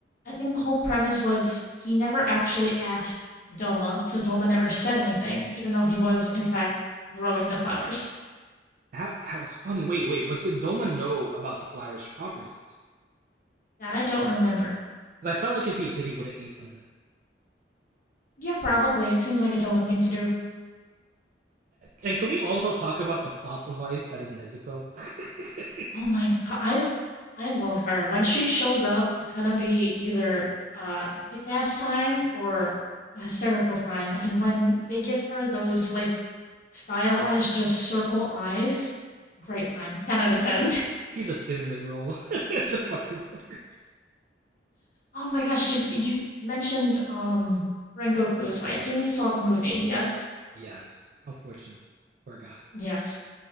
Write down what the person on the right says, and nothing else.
that that was funny. Wait, wait, but did Doma know about the flowers' properties?
Because I felt like if he did, he would have ate them then.
And can we also talk about the plot device that is Nezuko? <laughs>
He's a cinnamon roll, <laughs> just like her brother.
Yes, unfortunately, poor guy.